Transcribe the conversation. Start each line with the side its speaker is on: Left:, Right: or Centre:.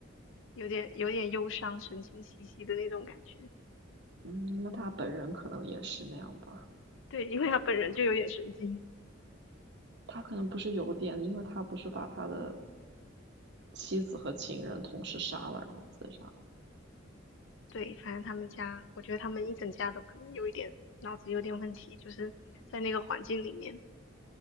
Left: 有点有点忧伤、神经兮兮的那种感觉，
Right: 嗯，那他本人可能也是那样吧。
Left: 对，因为他本人就有点神经。
Right: 他可能不是有点，因为他不是把他的妻子和情人同时杀了，然后自杀。
Left: 对，反正他们家，我觉得他们一整家都可能有一点脑子有点问题，就是在那个环境里面，